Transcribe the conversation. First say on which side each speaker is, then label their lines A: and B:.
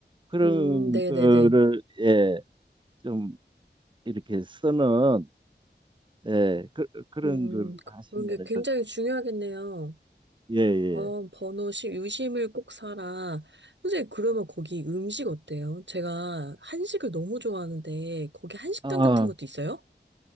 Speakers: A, on the right; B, on the right.
A: 그런
B: 음, 네네네.
A: 거를 예, 좀 이렇게 쓰는 예, 그, 그런
B: 음,
A: 걸 하시면은
B: 그런 게 굉장히
A: 좋죠.
B: 중요하겠네요.
A: 예, 예.
B: 어, 번호 시 유심을 꼭 사라. 선생님, 그러면 거기 음식 어때요? 제가 한식을 너무 좋아하는데, 거기 한식당
A: 아,
B: 같은 것도 있어요?